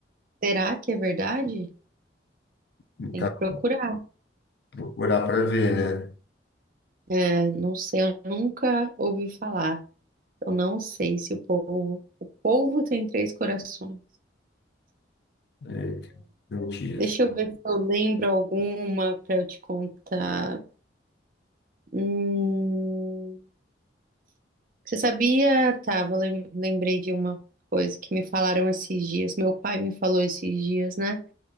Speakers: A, on the right; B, on the left.
A: Será que é verdade?
B: Então,
A: Tem que procurar.
B: procurar pra ver, né?
A: É, não sei, eu nunca ouvi falar. Eu não sei se o povo. O povo tem três corações.
B: É, não tinha
A: Deixa
B: isso.
A: eu ver se eu lembro alguma para eu te contar. Hum, você sabia? Tá, vou lem- lembrei de uma coisa que me falaram esses dias. Meu pai me falou esses dias, né?